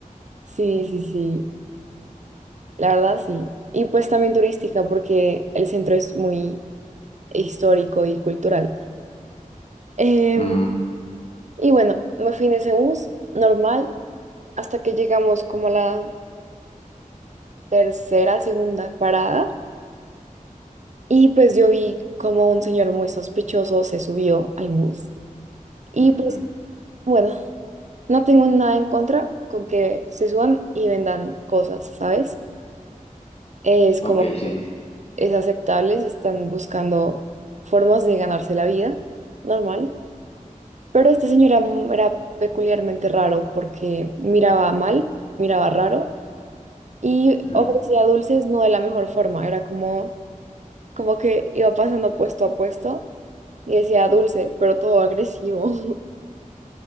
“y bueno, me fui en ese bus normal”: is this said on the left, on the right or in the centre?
Right